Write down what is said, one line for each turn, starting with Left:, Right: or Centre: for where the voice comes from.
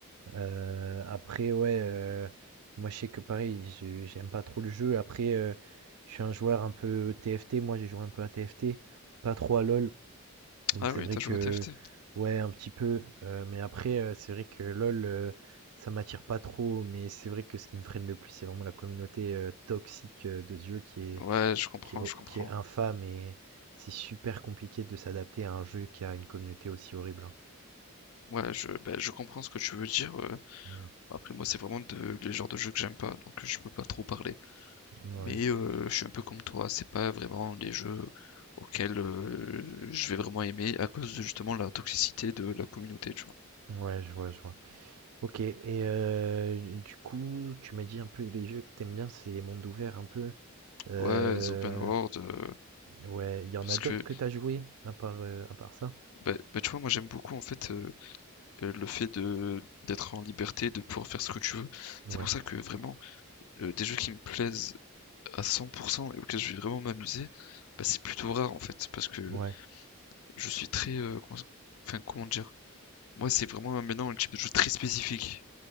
Right: Euh, après, ouais, euh, moi je sais que pareil, je- j'aime pas trop le jeu. Après, euh, je suis un joueur un peu TFT, moi j'ai joué un peu à TFT, pas trop à LOL. Donc
Left: Ah
Right: c'est
Left: oui,
Right: vrai
Left: t'as
Right: que
Left: joué à TFT?
Right: ouais, un petit peu, heu, mais après, heu, c'est vrai que LOL, heu, ça m'attire pas trop, mais c'est vrai que ce qui me freine le plus, c'est vraiment la communauté, heu, toxique, heu, de ce jeu qui est
Left: Ouais, je comprends,
Right: qui est ho
Left: je comprends.
Right: qui est infâme et c'est super compliqué de s'adapter à un jeu qui a une communauté aussi horrible, hein.
Left: Ouais, je, ben, je comprends ce que tu veux dire. euh.
Right: Mmh,
Left: Après, moi, c'est vraiment de, les genres de jeux que j'aime pas, donc euh, je peux pas trop parler.
Right: ouais.
Left: Mais euh, je suis un peu comme toi, c'est pas vraiment les jeux auxquels euh, je vais vraiment aimer à cause de justement la toxicité de la communauté, tu vois.
Right: Ouais, je vois, je vois. OK et heu, du coup, tu m'as dit un peu les jeux que t'aimes bien, c'est les mondes ouverts un peu, heu,
Left: Ouais, les open world, euh,
Right: ouais, il y en
Left: parce
Right: a d'autres
Left: que,
Right: que t'as joué à part, heu, à part ça?
Left: ben, ben, tu vois, moi, j'aime beaucoup en fait euh, euh, le fait de d'être en liberté, de pouvoir faire ce que tu veux. C'est
Right: Ouais.
Left: pour ça que vraiment, euh, des jeux qui me plaisent à 100% et auquel je vais vraiment m'amuser, bah, c'est plutôt rare en fait, parce que
Right: Ouais.
Left: je suis très... euh, comment... Enfin, comment dire? Moi, c'est vraiment euh, maintenant un type de jeu très spécifique.